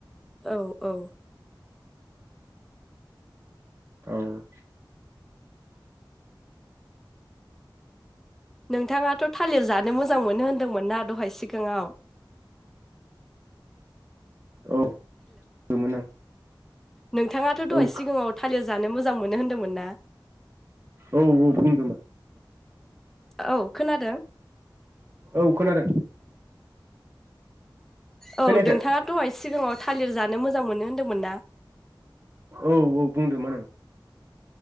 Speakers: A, in the centre; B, on the right.
A: औ औ
B: औ
A: नोंथाङा 'थ थालिर जानो मोजां मोनो होन्दोंमोन ना दहाय सि सिङाव
B: औ गोमोन आं
A: नोंथाङाथ'
B: औ
A: दहाय सिगाङाव थालिर जानो मोजां मोनो होनदोंमोन ना
B: औ औ बुंंदोमोन
A: औ खोनादों
B: औ खोनादों
A: औ
B: खोनायाखै
A: नोंथाङाथ' दहाय सिगाङाव थालिर जानो मोजां मोनो होन्दोंमोन ना
B: औ औ बुंदोंमोन आं